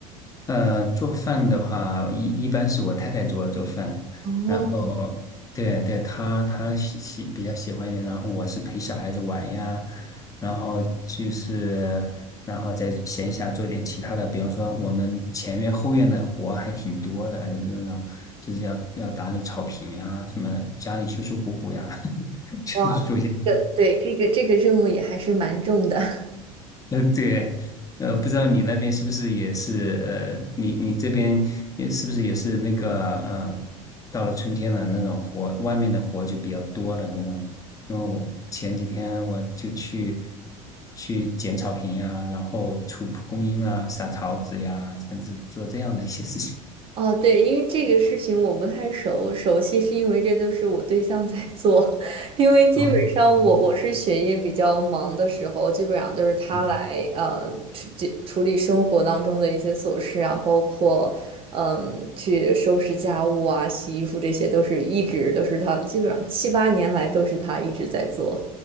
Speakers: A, on the left; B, on the right.
A: 呃，做饭的话，一一般是我太太做做饭，
B: 哦，
A: 然后对对，她她喜喜比较喜欢一点，然后我是陪小孩子玩呀，然后就是然后在闲暇做点其他的，比方说我们前院后院的活还挺多的，就是那种就是要要打理草坪呀，什么家里修修补补呀，<laughs> 就是做一些。
B: 哇，这个对，这个这个任务也还是蛮重的。
A: 呃，对，呃，不知道你那边是不是也是，呃，你你这边也是不是也是那个，呃，到了春天了，那种活，外面的活就比较多的那种。因为我前几天我就去去剪草坪啊，然后除蒲公英啊，撒草籽呀，这样子做这样的一些事情。
B: 哦，对，因为这个事情我不太熟熟悉，是因为这都是我对象在做，<laughs> 因为基本上我我是学业比较忙的时候，
A: 啊，嗯
B: 基本上都是他来呃处解处理生活当中的一些琐事啊，
A: 嗯
B: 包括嗯去收拾家务啊、洗衣服这些，都是一直都是他，基本上七八年来都是他一直在做。